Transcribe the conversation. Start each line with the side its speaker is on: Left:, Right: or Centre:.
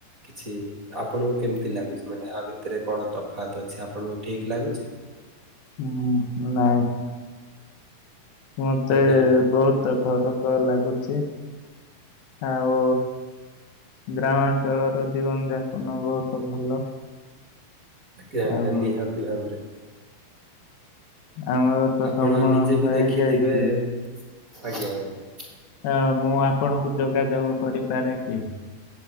Right: କିଛି ଆପଣଙ୍କୁ କେମିତି ଲାଗୁଛି ମାନେ ଆ ଭିତରେ କଣ ତଫାତ୍ ଅଛି ଆପଣଙ୍କୁ ଠିକ ଲାଗୁଛି?
Left: ହୁଁ ନାଇଁ। ମତେ
Right: ଆଜ୍ଞା ଆଜ୍ଞା
Left: ବହୁତ ଫରକ ଲାଗୁଛି ଆଉ ଗ୍ରାମାଞ୍ଚଳର ଜୀବନ ଯାପନ ବହୁତ ଭଲ।
Right: ଆଜ୍ଞା ଆଜ୍ଞା
Left: ଆଉ
Right: ନିହାତି ଭାବରେ।
Left: ଆମର ତ
Right: ଆପଣ
Left: ସମୟ
Right: ନିଜେ ବି
Left: ହେଇଯାଇଛି।
Right: ଦେଖିଥିବେ ଆଜ୍ଞା ଆଜ୍ଞା।
Left: ହ ମୁଁ ଆପଣଙ୍କୁ ଯୋଗାଯୋଗ କରିପାରେ କି?